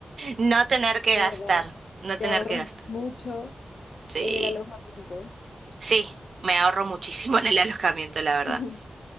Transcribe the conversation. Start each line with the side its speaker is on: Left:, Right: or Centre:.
Right: no tener que
Left: verdad,
Right: gastar, no
Left: te
Right: tener
Left: ahorras
Right: que gastar.
Left: mucho
Right: Sí,
Left: en el alojamiento.
Right: sí, me ahorro muchísimo en el alojamiento, la verdad.
Left: <laughs>